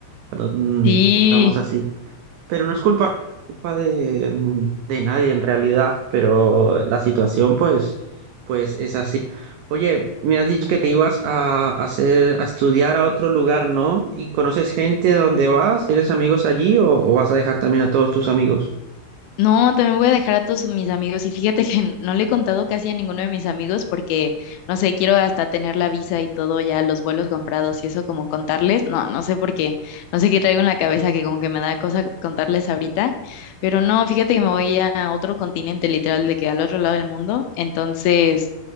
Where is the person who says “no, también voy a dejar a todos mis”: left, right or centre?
Left